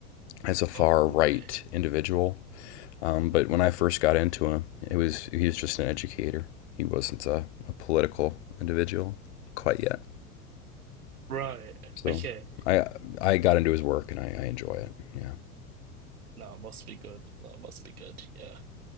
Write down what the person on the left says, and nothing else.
as a far
right
individual. Um, but when I first got into him, it was he was just an educator. He wasn't a, a political individual quite yet.
So
I I got into his work and I, I enjoy it. Yeah.